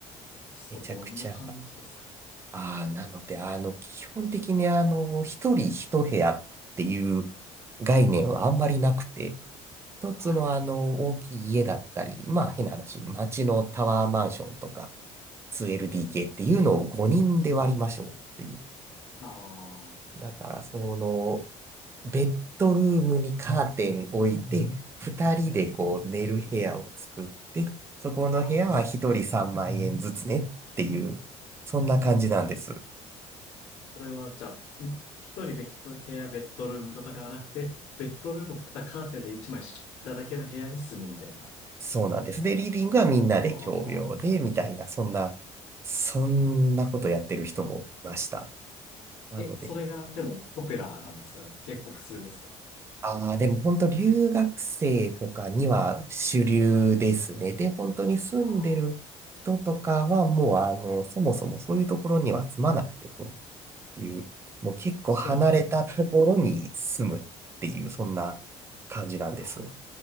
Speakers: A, on the left; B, on the right.
A: そう、
B: めちゃくちゃ。
A: どんな感じですか
B: ああ、なので、あの、基本的に、あの、一人一部屋っていう概念はあんまりなくて、一つの、
A: はい。
B: あの、大きい家だったり、まあ、変な話、街のタワーマンションとか、2LDK
A: ええ。
B: っていうのを5人で割りましょうっていう。
A: あー
B: だから、その、ベッドルームにカーテン置いて、2人でこう、寝る部屋を作って、そこの部屋は一人3万円ずつねっていう、
A: あー、す
B: そんな感じなんです。
A: これはじゃあ、ん一人で一部屋、ベッドルームとかではなくて、ベッドルームをただカーテンで一枚仕切っただけの部屋に住むみたいな。
B: そうなんです。で、リビングはみんなで共用で、
A: ああ。
B: みたいな、そんな、そんなことやってる人もいました。なので、
A: え、それが、でも、ポピュラーなんですかね。結構普通ですか
B: ああ、でも本当留学生とかには主流ですね。
A: はい。
B: で、本当に住んでる人とかはもう、
A: ああ、
B: あの、そもそもそういうところには住まなくてという、もう結構離れたところに住むっていう、
A: そうなんですね。
B: そんな感じなんです。
A: あ